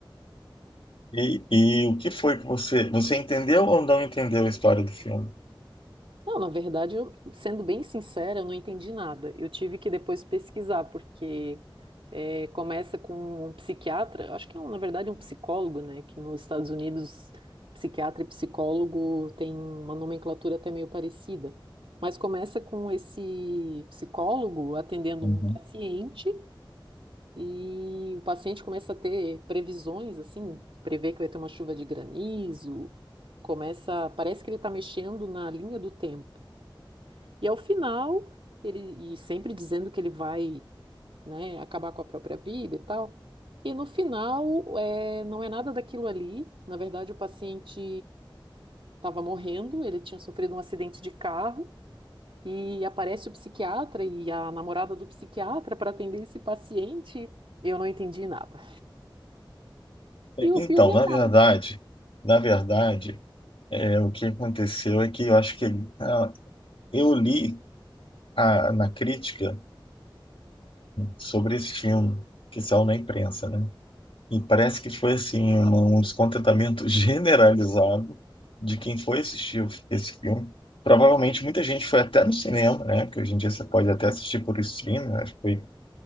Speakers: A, on the left; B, on the right.
A: E, e o que foi que você... Você entendeu ou não entendeu a história do filme?
B: Não, na verdade, eu, sendo bem sincera, eu não entendi nada. Eu tive que depois pesquisar, porque eh, começa com um psiquiatra, eu acho que é, um, na verdade, um psicólogo, né? Que nos Estados Unidos, psiquiatra e psicólogo tem uma nomenclatura até meio parecida. Mas começa com esse psicólogo atendendo
A: Uhum.
B: um paciente, e o paciente começa a ter previsões, assim, prevê que vai ter uma chuva de granizo, começa, parece que ele está mexendo na linha do tempo. E ao final, ele e sempre dizendo que ele vai, né, acabar com a própria vida e tal. E no final, é, não é nada daquilo ali. Na verdade, o paciente estava morrendo, ele tinha sofrido um acidente de carro e aparece o psiquiatra e a namorada do psiquiatra para atender esse paciente. Eu não entendi nada. E
A: Então,
B: o filme
A: na
B: acaba.
A: verdade, na verdade, é, o que aconteceu é que eu acho que ah, eu li a- na crítica sobre esse filme que saiu na imprensa, né? E parece que foi assim uma- um descontentamento <laughs> generalizado de quem foi assistir o- esse filme. Provavelmente muita gente foi até no cinema, né? Porque hoje em dia você pode até assistir por streaming, né? acho que foi